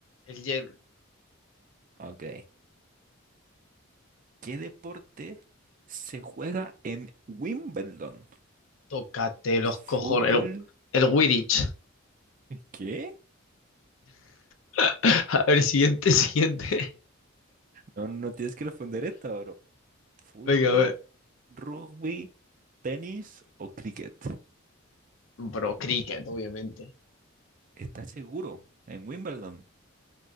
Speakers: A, on the left; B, on the right.
A: El Yen,
B: Ok. ¿Qué deporte se juega en Wimbledon?
A: tócate los cojones.
B: ¿Fútbol?
A: El, el Wittich.
B: ¿Qué?
A: <laughs> A ver, siguiente, siguiente.
B: No, no tienes que responder esta, bro.
A: <laughs>
B: ¿Fútbol,
A: Venga, a ver.
B: rugby, tenis o cricket?
A: Bro, cricket, obviamente.
B: ¿Estás seguro? En Wimbledon.